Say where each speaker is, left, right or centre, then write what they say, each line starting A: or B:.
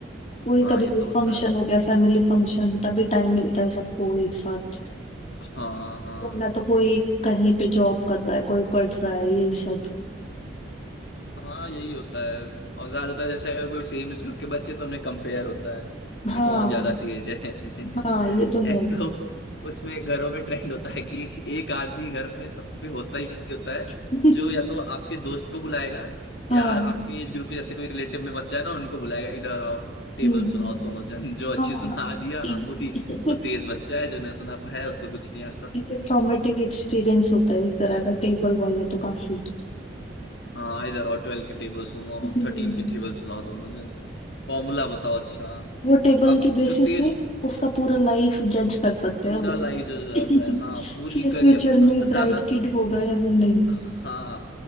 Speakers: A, on the left; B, on the left.
A: वही
B: हाँ
A: कभी
B: ये
A: कोई
B: तो होता
A: फंक्शन
B: है
A: हो गया फैमिली फंक्शन तभी टाइम मिलता है सबको एक साथ
B: हाँ हाँ
A: वरना तो कोई कहीं पे जॉब कर रहा है कोई पढ़ रहा है ये सब
B: हाँ यही होता है और ज्यादातर जैसे अगर कोई सेम एज ग्रुप के बच्चे तो उनमें कंपेयर होता है
A: हाँ
B: कि कौन ज्यादा तेज है <laughs>
A: हाँ ये तो
B: एक
A: है
B: तो उसमें घरों में ट्रेंड होता है कि एक आदमी घर में सब पे होता ही होता है
A: <laughs>
B: जो या तो आपके दोस्त को बुलाएगा
A: हाँ
B: या आपके एज ग्रुप के जैसे कोई रिलेटिव में बच्चा है ना उनको बुलाएगा इधर आओ टेबल
A: हम्म,
B: सुनाओ दोनों जन जो अच्छी
A: हाँ
B: सुना दिया
A: <laughs>
B: हाँ, पूरी वो तेज बच्चा है जो नहीं सुना पाया उसको कुछ नहीं आता
A: ये ट्रॉमेटिक एक्सपीरियंस होता है एक तरह का टेबल वाला तो काफी
B: हाँ इधर आओ ट्वेल्व की टेबल सुनाओ
A: हम्म
B: थर्टीन की टेबल सुनाओ दोनों जन फॉर्मूला बताओ अच्छा
A: वो टेबल
B: अब
A: के बेसिस
B: जो तेज
A: पे उसका पूरा लाइफ जज कर सकते
B: पूरा
A: हैं वो
B: लाइव
A: <laughs>
B: जो हो जाता
A: कि
B: है हाँ पूरी
A: ये फ्यूचर
B: करियर
A: में ब्राइट
B: ज्यादातर
A: किड होगा या फिर नहीं
B: हाँ